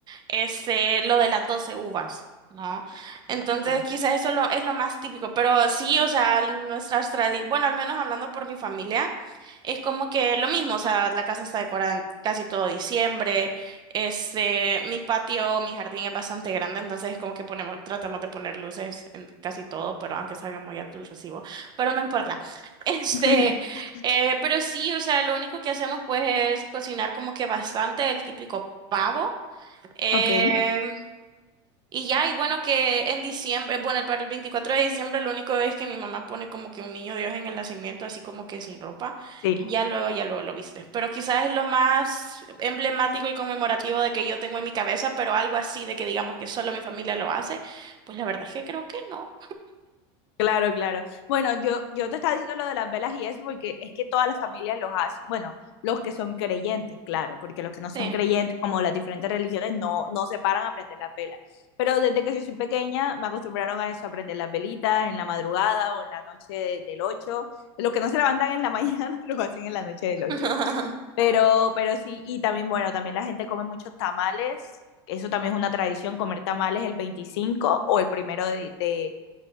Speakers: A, on the right; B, on the left.
A: este, lo de las 12 uvas, ¿no? Entonces,
B: Sí.
A: quizás eso lo, es lo más típico, pero sí, o sea, nuestras tradiciones, bueno, al menos hablando por mi familia, es como que lo mismo, o sea, la casa está decorada en casi todo diciembre, Este, mi patio, mi jardín es bastante grande, entonces es como que ponemos, tratamos de poner luces en casi todo, pero aunque salga muy alto el recibo, pero no importa. <laughs> Este,
B: <laughs>
A: eh, pero sí, o sea, lo único que hacemos pues es cocinar como que bastante el típico pavo. em,
B: Ok,
A: y ya, y bueno, que en diciembre, bueno, para el 24 de diciembre lo único es que mi mamá pone como que un niño Dios en el nacimiento, así como que sin ropa,
B: sí.
A: y ya luego, ya luego lo viste. Pero quizás es lo más emblemático y conmemorativo de que yo tengo en mi cabeza, pero algo así de que digamos que solo mi familia lo hace, pues la verdad es que creo que no.
B: Claro, claro. Bueno, yo, yo te estaba diciendo lo de las velas y eso porque es que todas las familias los hacen. Bueno, los que son creyentes, claro, porque los que no son
A: Sí.
B: creyentes, como las diferentes religiones, no, no se paran a prender las velas. Pero desde que yo soy pequeña me acostumbraron a eso, a prender las velitas en la madrugada o en la noche de- del 8. Los que no se levantan en la <laughs> mañana lo hacen en la noche del
A: <laughs>
B: 8. Pero, pero sí, y también, bueno, también la gente come muchos tamales. Eso también es una tradición, comer tamales el 25 o el primero de, de